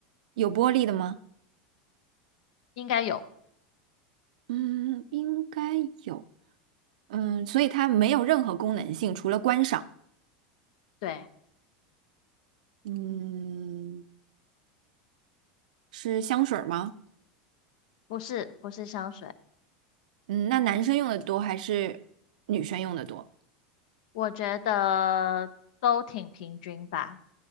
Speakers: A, on the right; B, on the left.
A: 有玻璃的吗？
B: 应该有。
A: 嗯，应该有，嗯，所以它没有任何功能性，除了观赏。
B: 对，
A: 嗯，是香水儿吗？
B: 不是，不是香水。
A: 嗯，那男生用的多还是女生用的多？
B: 我觉得都挺平均吧，